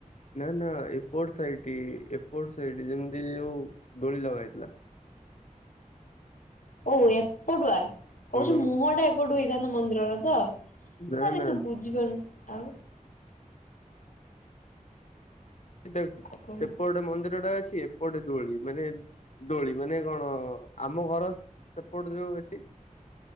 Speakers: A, on the left; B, on the left.
A: ନା ନା ଏପଟ ସେଇଠ ଏପଟ ସଇଠ ଯେମିତି ଯୋଉ ଦୋଳି ଲଗା ହେଇଥିଲା
B: ଓ ଏପଟୁଆ କହୁଛୁ
A: ହୁଁ
B: ମୁହଁ ଟା ଏପଟୁ ହେଇଥାନ୍ତା ମନ୍ଦିରର ତ ତାହେଲେ
A: ନା ନା
B: ତୁ ବୁଝିବନୁ ଆଉ
A: ଟ
B: ଆଉ କଣ
A: ସେପଟେ ମନ୍ଦିର ଟା ଅଛି ଏପଟେ ଦୋଳି ମାନେ ଦୋଳି ମାନେ କଣ ଆମ ଘର ସେପଟ ଯିବ ବେଶୀ